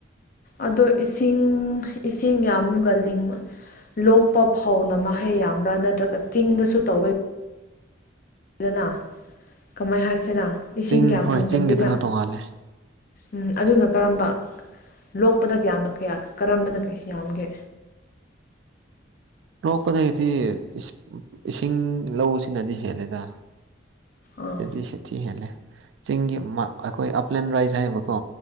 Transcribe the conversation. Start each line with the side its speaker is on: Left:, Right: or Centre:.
Left: ꯑꯗꯣ ꯏꯁꯤꯡ ꯏꯁꯤꯡ ꯌꯥꯝꯒꯜꯂꯤꯡꯕ ꯂꯣꯛꯄ ꯐꯧꯅ ꯃꯍꯩ ꯌꯥꯝꯕ꯭ꯔꯥ ꯅꯠꯇ꯭ꯔꯒ ꯆꯤꯡꯗꯁꯨ ꯇꯧꯋꯦ ꯗꯅ ꯀꯃꯥꯏ ꯍꯥꯏꯁꯤꯔ ꯏꯁꯤꯡ
Right: ꯆꯤꯡ
Left: ꯀꯌꯥꯝ
Right: ꯍꯣꯏ
Left: ꯐꯪꯗꯕꯤꯗ
Right: ꯆꯤꯡꯒꯤꯗꯨꯅ ꯇꯣꯡꯉꯥꯜꯂꯦ
Left: ꯎꯝ ꯑꯗꯨꯅ ꯀꯔꯝꯕ ꯂꯣꯛꯄꯗ ꯀꯌꯥꯝꯅ ꯀꯌꯥ ꯀꯔꯝꯕꯅ ꯌꯥꯝꯒꯦ
Right: ꯂꯣꯛꯄꯗꯒꯤꯗꯤ ꯏꯁꯤ ꯏꯁꯤꯡ ꯂꯧꯁꯤꯅꯗꯤ ꯍꯦꯜꯂꯦꯗꯥ
Left: ꯑꯥ
Right: ꯁꯤꯗꯊꯤ ꯁꯊꯤ ꯍꯦꯜꯂꯦ ꯆꯤꯡꯒꯤ ꯃꯥ ꯑꯈꯣꯏ ꯑꯄꯂꯦꯟ ꯔꯥꯏꯖ ꯍꯥꯏꯕꯀꯣ